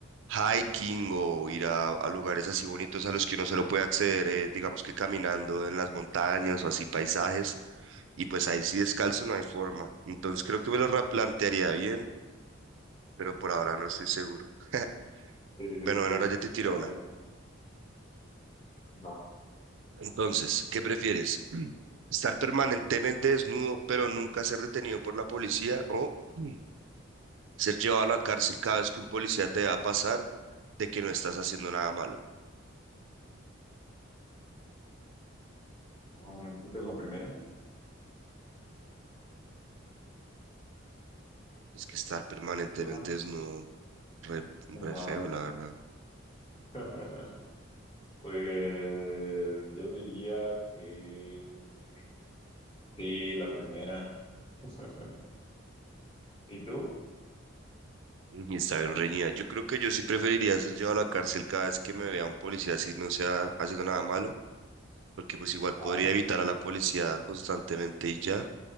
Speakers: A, on the right; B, on the left.
A: hiking o ir a, a lugares así bonitos a los que uno se lo puede acceder, eh, digamos que caminando en las montañas o así paisajes, y pues ahí sí descalzo no hay forma. Entonces creo que me lo replantearía bien, pero por ahora no estoy seguro. <laughs>
B: Sí, sí,
A: Bueno,
B: sí,
A: bueno, ahora ya te tiro
B: se vale.
A: una.
B: Va.
A: Entonces, ¿qué prefieres? <clears throat> ¿Estar permanentemente desnudo, pero nunca ser detenido por la policía o... <clears throat> ser llevado a la cárcel cada vez que un policía te va a pasar de que no estás haciendo nada malo.
B: No, ¿me repites la primera?
A: Es que estar permanentemente
B: Hola.
A: desnudo, re, re
B: Ajá.
A: feo, la verdad.
B: <laughs> Pues yo diría que sí, la primera. <laughs> ¿Y tú?
A: Y está bien reñida. Yo creo que yo sí preferiría ser llevado a la cárcel cada vez que me vea un policía así no sea haciendo nada malo, porque pues igual
B: Ah.
A: podría evitar a la policía constantemente y ya,